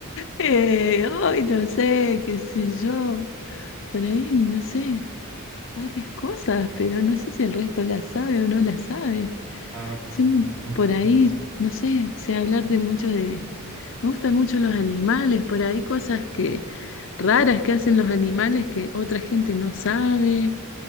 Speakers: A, on the left; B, on the right.
A: Eh, Ay, no sé, qué sé yo. Por ahí, no sé, varias cosas, pero no sé si el resto la sabe o no la sabe.
B: Ah,
A: Sí,
B: bueno, no.
A: por ahí, no sé, sé hablar de mucho de... Me gustan mucho los animales, por ahí cosas que raras que hacen los animales que otra gente no sabe.